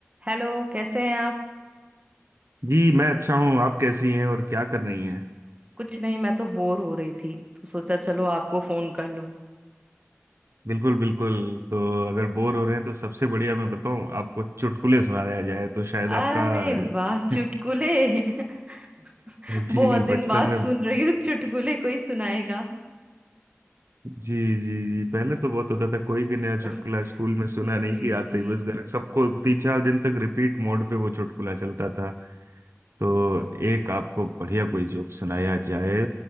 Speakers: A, on the right; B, on the right.
A: हेलो कैसे हैं आप
B: जी मैं अच्छा हूँ आप कैसी हैं और क्या कर रही हैं
A: कुछ नहीं मैं तो बोर हो रही थी तो सोचा चलो आपको फोन कर लूं
B: बिल्कुल बिल्कुल तो अगर बोर हो रहे हैं तो सबसे बढ़िया मैं बताऊं आपको चुटकुले सुनाया जाए तो शायद आपका
A: अरे वाह चुटकुले
B: <laughs>
A: <laughs>
B: जी
A: बहुत दिन
B: बचपन
A: बाद
B: में
A: सुन रही हूँ चुटकुले कोई सुनाएगा
B: जी जी जी पहले तो बहुत होता था कोई भी नया चुटकुला
A: <laughs>
B: स्कूल में सुना
A: जी
B: नहीं कि आते
A: जी
B: ही बस घर सबको तीन चार दिन तक रिपीट मोड पे वो चुटकुला चलता था तो एक आपको बढ़िया कोई जोक सुनाया जाए